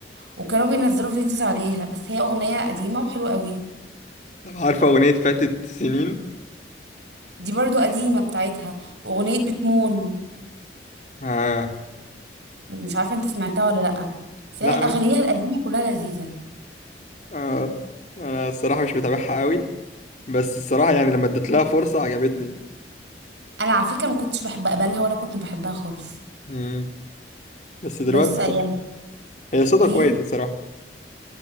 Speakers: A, on the right; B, on the left.
A: وكانوا بينزلوا فيديوز عليها بس هي اغنيه قديمه وحلوه قوي
B: طب عارفه اغنيه فاتت سنين
A: دي برضو قديمه بتاعتها واغنيه بتمون
B: اه
A: مش عارفه انت سمعتها ولا لا بس
B: لا
A: هي اغانيها
B: انا
A: القديمه كلها لذيذه
B: آه. انا الصراحه مش متابعها قوي بس الصراحه يعني لما اديت لها فرصه عجبتني
A: انا على فكره ما كنتش بحب اقبلها ولا كنت بحبها خالص
B: مم. بس دلوقتي
A: بس
B: الصراحة-
A: يعني
B: هي صوتها
A: ايه
B: كويس الصراحه